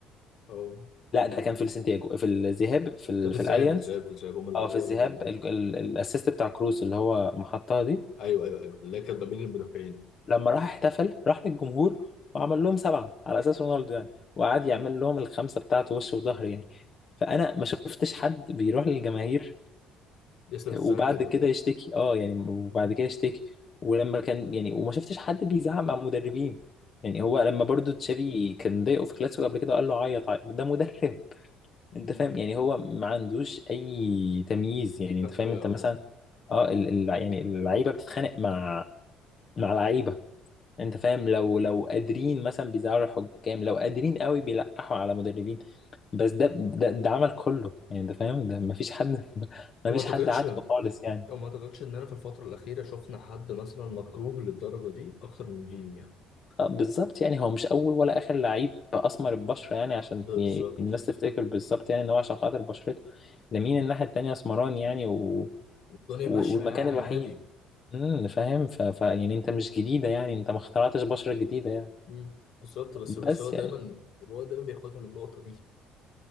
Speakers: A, on the left; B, on the left.
A: اه
B: لا ده كان في السنتياجو في الذهاب في ال...
A: ده في
B: في
A: الذهاب
B: الاليانز
A: في الذهاب في الذهاب هو اللي
B: اه
A: هو
B: في الذهاب
A: اللي جاب الجول
B: ال... ال... الاسيست بتاع كروس اللي هو محطها دي
A: ايوه ايوه ايوه اللي هي كانت ما بين المدافعين
B: لما راح احتفل راح للجمهور وعمل لهم سبعة على اساس رونالدو يعني وقعد
A: مم.
B: يعمل لهم الخمسة بتاعته وش وظهر يعني فانا ما شفتش حد بيروح للجماهير
A: ياسر ازاي
B: وبعد
A: كده
B: كده يشتكي اه يعني وبعد
A: مم.
B: كده يشتكي ولما كان يعني وما شفتش حد بيزعق مع مدربين يعني هو لما برضو تشافي كان ضايقه في كلاسيكو قبل كده قال له عيط عيط. ده مدرب
A: مم.
B: انت فاهم يعني هو ما عندوش اي تمييز يعني انت
A: تفرقة
B: فاهم انت مثلا
A: اه
B: اه ال ال يعني اللعيبه بتتخانق مع مع لعيبه انت فاهم لو لو قادرين مثلا بيزعلوا الحكام لو قادرين قوي بيلقحوا على مدربين بس ده ده, ده عمل كله يعني انت فاهم ده ما فيش حد <laughs> ما
A: وما
B: فيش
A: اعتقدش
B: حد عاتقه
A: يعني.
B: خالص يعني
A: وما اعتقدش ان انا في الفتره الاخيره شفنا حد مثلا مكروه للدرجه دي اكتر من فيني يعني
B: اه بالظبط يعني هو مش اول ولا اخر لعيب اسمر البشره يعني عشان
A: بالظبط
B: ي- الناس تفتكر بالظبط يعني ان هو عشان خاطر بشرته لامين الناحيه التانيه اسمراني يعني و...
A: الدنيا
B: و-
A: ماشيه
B: والمكان
A: يعني
B: الوحيد
A: عادي
B: امم فاهم ف... ف... يعني انت مش جديدة يعني انت ما اخترعتش بشرة جديدة يعني
A: مم. بالظبط بس
B: بس
A: بس هو دايما
B: يعني
A: هو دايما بياخدها من النقطه دي